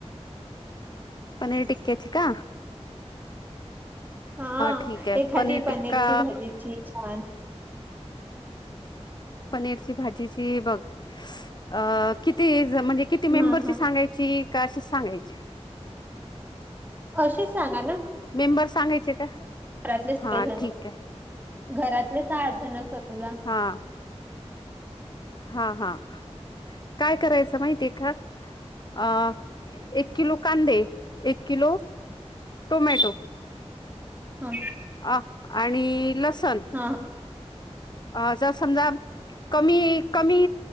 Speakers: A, on the left; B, on the right.
A: पनीर टिककेची का
B: हा
A: ठीक आहे
B: एखादी
A: पनीर टिक्का
B: पनीरची भाजीची छान
A: पनीरची भाजीची बघ अ किती म्हणजे किती मेंबरची
B: हा हा
A: सांगायची का अशीच सांगायची
B: असच सांगा ना
A: मेंबर सांगायचे का
B: घरातले
A: हा
B: जण
A: ठीक आहे
B: घरातलेचठ जणक समला
A: हा
B: <unintelligible>
A: हा हा काय करायचं माहितीय का अ एक किलो कांदे एक किलो टोमॅटो
B: ह
A: अ आणि लसण
B: हां
A: अ ज समजा कमी कमी